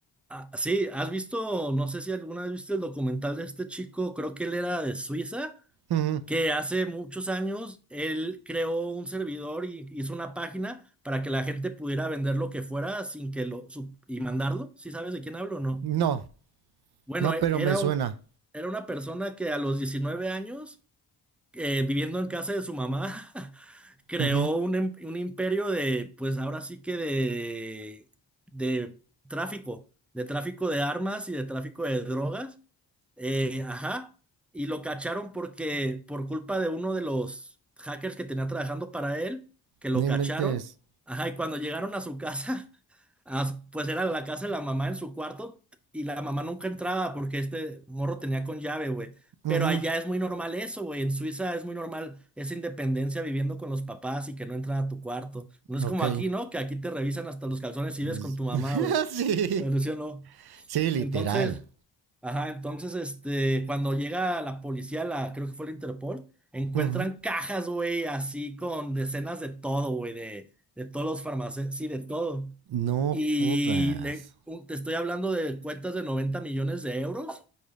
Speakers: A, in the centre; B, on the right.
A: Ah, sí, has visto, no sé si alguna vez viste el documental de este chico, creo que él era de Suiza,
B: Ujú.
A: que hace muchos años él creó un servidor y hizo una página para que la gente pudiera vender lo que fuera sin que lo su- y mandarlo. ¿Sí sabes de quién hablo o no?
B: No,
A: Bueno,
B: no,
A: e-
B: pero
A: era
B: me suena.
A: un- era una persona que a los 19 años, eh, viviendo en casa de su mamá, <laughs> creó
B: Ujú,
A: un, em- un imperio de, pues ahora sí que de, de tráfico, de tráfico de armas y de tráfico de drogas. Eh, ajá. Y lo cacharon porque, por culpa de uno de los hackers que tenía trabajando para él, que lo
B: No inventes.
A: cacharon. Ajá, y cuando llegaron a su <laughs> casa. Ah, pues era la casa de la mamá en su cuarto y la mamá nunca entraba porque este morro tenía con llave, güey.
B: Ujú,
A: Pero allá es muy normal eso, güey. En Suiza es muy normal esa independencia viviendo con los papás y que no entran a tu cuarto. No es
B: Ok.
A: como aquí, ¿no? Que aquí te revisan hasta los calzones
B: Pues,
A: y ves con tu mamá,
B: <laughs>
A: güey.
B: Sí.
A: Pero sí o no.
B: Sí, literal.
A: Entonces, ajá, entonces, este, cuando llega la policía, la, creo que fue la Interpol, encuentran
B: Ujú,
A: cajas, güey, así con decenas de todo, güey, de, de todos los farmacéuticos, sí, de todo.
B: No
A: Y
B: jodas.
A: le- un- te estoy hablando de cuentas de 90 millones de euros,